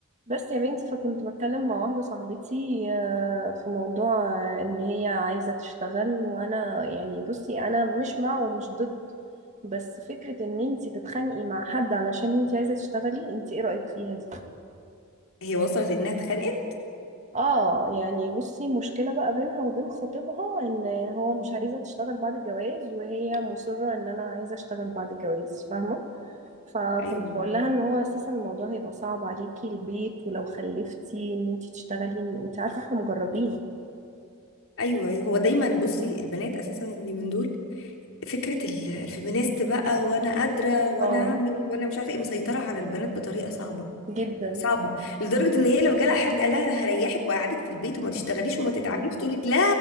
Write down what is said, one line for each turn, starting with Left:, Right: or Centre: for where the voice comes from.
Right: بس يا بنتي فكنت بتكلم مع واحدة صاحبتي آه، في موضوع آه، ان هي عايزة تشتغل وانا يعني بصي انا مش مع ومش ضد بس فكرة ان انتي تتخانقي مع حد علشان انتي عايزة تشتغلي انتي ايه رأيك فيها دي؟
Left: هي وصلت انها اتخانقت
Right: اه يعني بصي مشكلة بقى بينها وبين خطيبها ان هو
Left: مم.
Right: مش عايزة تشتغل بعد الجواز وهي مصرة ان انا عايزة اشتغل بعد الجواز فاهمة؟ فكنت
Left: ايوه
Right: بقول لها ان هو اساسا الموضوع هيبقى صعب عليكي البيت ولو خلفتي ان انتي تشتغلي انت عارفه احنا مجربين
Left: ايوه ايوه هو دايما بصي البنات اساسا اللي من دول فكره ال- الفيمينيست بقى وانا قادره وانا
Right: اه
Left: اعمل وانا مش عارفه ايه مسيطره على البنات بطريقه صعبه
Right: جدا
Left: صعبه لدرجه ان هي لو جالها حد قال لها أنا هريحك وهقعدك في البيت وما تشتغليش وما تتعبيش تقول لك لا